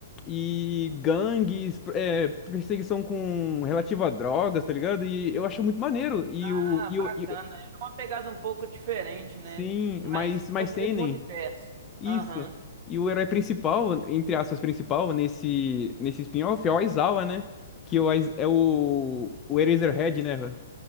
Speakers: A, on the left; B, on the right.
A: e gangues, é, perseguição com relativa a drogas, tá ligado? E eu acho muito maneiro. E
B: Ah,
A: o. E
B: bacana.
A: o e-
B: É uma pegada um pouco diferente, né?
A: sim,
B: Mas
A: mais, mais
B: no mesmo
A: seinen.
B: universo.
A: Isso.
B: Aham.
A: E o herói principal, entre aspas, principal, nesse, nesse spin-off é o Aizawa, né? Que o, Aiz- é o, o Eraserhead, né?